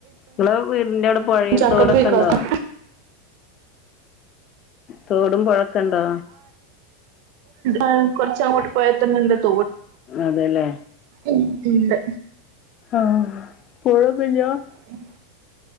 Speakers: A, on the left (about 40°); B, on the right (about 60°).
A: നിങ്ങള് വീടിന്റെ അവിടെ പുഴയും
B: ചക്കപ്പുഴുക്കൊക്കെ
A: തോടൊക്കെ ഇണ്ടോ തോടും പുഴ കണ്ടോ
B: അ കൊറച്ചങ്ങോട്ട- പോയയാൽ ത <unintelligible>
A: അതെല്ലേ
B: ഉം ഉണ്ട്
A: ആഹ്‌ പൊഴ ല്ലോ <unintelligible>
B: ഉം <unintelligible>